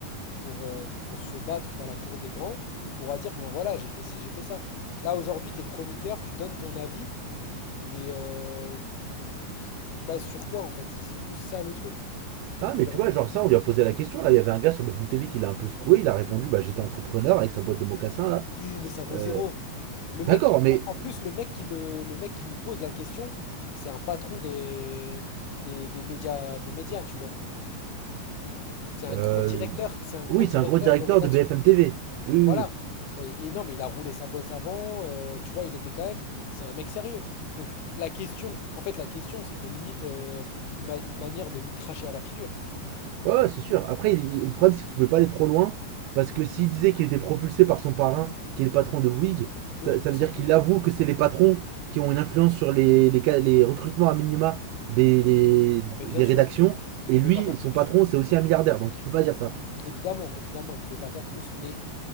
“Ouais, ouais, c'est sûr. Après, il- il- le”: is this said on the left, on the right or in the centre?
Right